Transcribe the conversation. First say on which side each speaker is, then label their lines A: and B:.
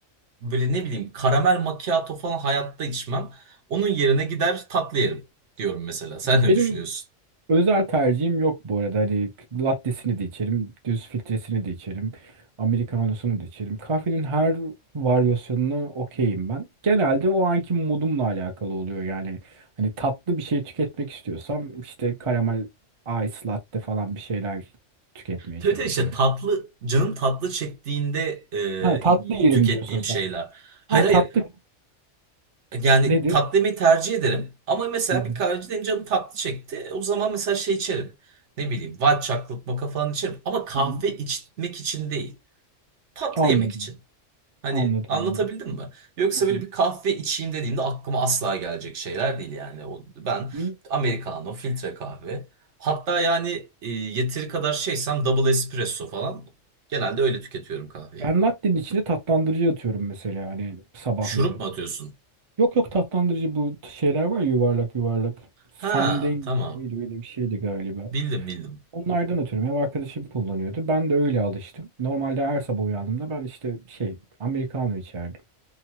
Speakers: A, on the right (about 65°); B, on the right (about 35°).
A: böyle ne bileyim karamel macchiato falan hayatta içmem. Onun yerine gider tatlı yerim diyorum mesela. <laughs> Sen ne
B: Benim
A: düşünüyorsun?
B: Özel tercihim yok bu arada. Hani lattesini de içerim, düz filtresini de içerim, americanosunu da içerim. Kahvenin her varyasyonuna okeyim ben. Genelde o anki modumla alakalı oluyor. Yani hani tatlı bir şey tüketmek istiyorsam işte karamel ice latte falan bir şeyler tüketmeye
A: Tabii
B: çalışıyorum.
A: tabii işte tatlı, canım tatlı çektiğinde
B: Ha tatlı yerim
A: e, tükettiğim
B: diyorsun sen.
A: şeyler. Hayır
B: Ha
A: hayır.
B: tatlı
A: Yani
B: nedir?
A: tatlı yemeği tercih ederim. Ama mesela
B: Hı hı.
A: bir kahveciden canım tatlı çekti. O zaman mesela şey içerim. Ne bileyim, white chocolate mocha falan içerim. Ama kahve
B: hı hı.
A: içmek için değil. Tatlı
B: Anladım.
A: yemek için. Hani
B: Anladım.
A: anlatabildim
B: anladım.
A: mi? Yoksa
B: Hı hı.
A: böyle bir kahve içeyim dediğimde aklıma asla gelecek şeyler değil yani. O, ben
B: Hı.
A: Americano, filtre kahve. Hatta yani e, yeteri kadar şeysem double espresso falan. Genelde öyle tüketiyorum kahveyi.
B: Ben latte'nin içine tatlandırıcı atıyorum mesela hani sabahları.
A: Şurup mu atıyorsun?
B: Yok yok tatlandırıcı bu t- şeyler var ya, yuvarlak yuvarlak. Sunday
A: Ha,
B: miydi
A: tamam.
B: neydi, öyle bir şeydi galiba.
A: Bildim bildim.
B: Onlardan ötürü ev arkadaşım kullanıyordu. Ben de öyle alıştım. Normalde her sabah uyandığımda ben işte şey Americano içerdim.